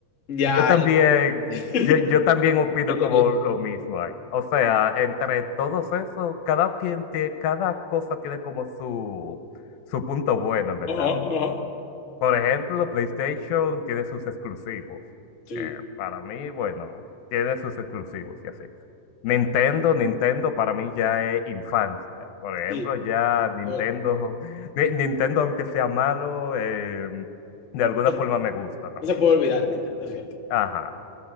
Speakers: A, on the left; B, on the left.
A: ya
B: yo también,
A: es. <laughs>
B: yo, yo también opino
A: ¿Qué tenéis?
B: como lo mismo ahí. O sea, entre todos esos, cada quien tie- cada cosa tiene como su, su punto bueno, en verdad.
A: Ajá, ajá.
B: Por ejemplo, PlayStation tiene sus exclusivos,
A: Sí,
B: que para mí, bueno, tiene sus exclusivos y así. Nintendo, Nintendo para mí ya es infancia. Por ejemplo,
A: sí,
B: ya Nintendo,
A: es verdad.
B: <laughs> Ni- Nintendo aunque sea malo, eh, de alguna
A: No,
B: forma me gusta también.
A: no se puede olvidar Nintendo, es cierto.
B: Ajá.